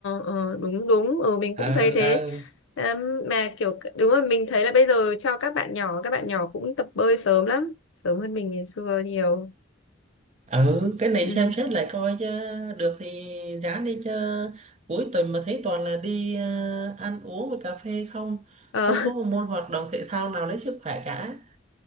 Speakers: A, on the left; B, on the right.
A: ờ đúng đúng ừ mình
B: Ờ
A: cũng thấy thế
B: ờ
A: Ừm, mà kiểu đúng rồi mình thấy là bây giờ cho các bạn nhỏ các bạn nhỏ cũng tập bơi sớm lắm sớm hơn mình ngày xưa nhiều
B: ừ, cái này
A: ừ
B: xem xét lại coi chứ được thì ráng đi chứ cuối tuần mà thấy toàn là đi ờ, ăn uống với cà phê không
A: ờ
B: không có một môn hoạt động thể thao nào lấy sức khỏe cả